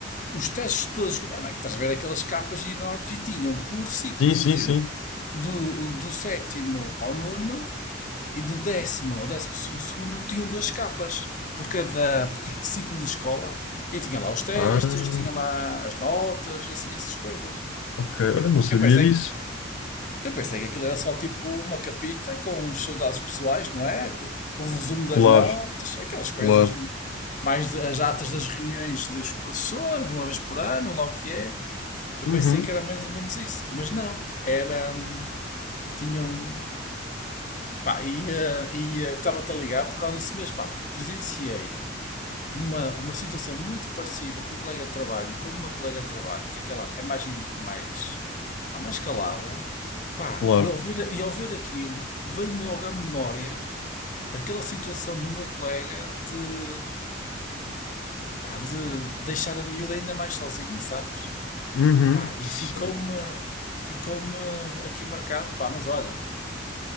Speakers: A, on the left (about 40°); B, on the left (about 85°).
A: os testes todos. que- É, não, estás a ver aquelas capas enormes e tinham por ciclos,
B: Sim, sim,
A: imagina.
B: sim.
A: Do, do sétimo ao nono e do décimo ao décimo segundo tinham duas capas por cada ciclo de escola. E tinha lá os testes,
B: Ah,
A: tinha lá as notas, assim, essas coisas.
B: ok.
A: Tipo,
B: Olha, não sabia
A: eu pensei,
B: disso.
A: eu pensei que aquilo era só tipo uma capita com os seus dados pessoais, não é? O resumo das
B: Claro,
A: notas, aquelas coisas
B: claro.
A: mais de- as atas das reuniões dos professores, uma vez por ano, lá o que é. Eu
B: Uhum,
A: pensei que era mais ou menos isso, mas não. Era. hum, Tinha um. Pá, ia. ia Estava-te a ligar por causa disso mesmo, pá, porque presenciei uma, uma situação muito parecida com um colega de trabalho, com uma colega de trabalho, que aquela é mais. mais, pá, mais calada, pá,
B: claro.
A: e ao ver, e ao ver aquilo, veio-me logo à memória aquela situação do meu colega de. pá, de deixar a miúda ainda mais sozinha, sabes?
B: Uhum,
A: Pá, e
B: sim.
A: ficou-me ficou-me aqui marcado, pá, mas olha,